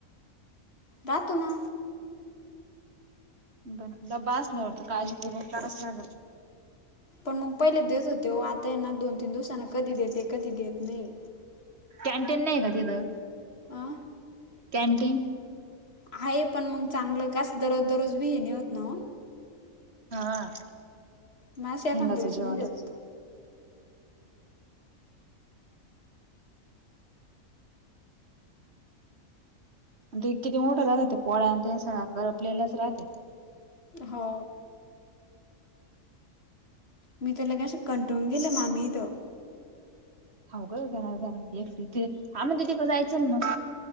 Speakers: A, on the left; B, on the right.
A: रातो ना.
B: बरं डब्बा असल्यावर त काळजीपूरव करावंच लागल.
A: पण मग पहिले देत होते आता ये ना दोन तीन दिवसांना कधी देते कधी देत नाही.
B: कॅन्टीन नाही का तिथं
A: आ?
B: कॅनटीन.
A: आहे पण मग चांगलं कास दररोज दररोज बी हेणे होत ना हो.
B: हा.
A: मग असं
B: हिंगाचं
A: एखाद वेळेस
B: जेवण
A: मी देतो.
B: राहत. आणि ते किती मोठं राहतात ते पोळ्या आणि ते सगळं करपलेलेच राहत्यात.
A: हो. मी तर लगे अ अस कंटवंग गेले माम्ही इथं.
B: हो का घरा झाला एकटीथे हा ना त तिकडे जायचं मग.